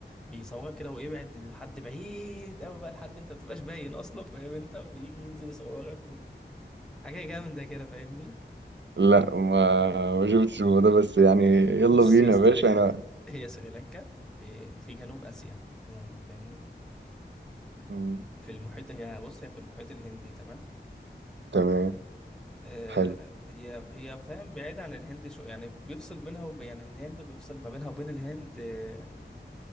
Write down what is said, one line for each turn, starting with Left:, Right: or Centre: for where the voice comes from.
Centre: بيصورك كده ويبعد لحد بعيد أوي بقى لحد أنت مبتبقاش باين أصلا فاهم أنت ويجي ينزل يصورك حاجة جامدة كده فاهمني
Right: لا ما ما شفتش الموضوع ده بس يعني يلا
Centre: بص
Right: بينا
Centre: يا اسطى
Right: يا باشا
Centre: هي
Right: انا
Centre: هي سريلانكا في في جنوب آسيا عموما فاهمني
Right: مم.
Centre: في المحيط هي بص هي في المحيط الهندي تمام
Right: تمام
Centre: آه
Right: حلو
Centre: هي هي فاهم بعيدة عن الهند شو يعني بيفصل بينها وب... يعني الهند بيفصل ما بينها وبين الهند آه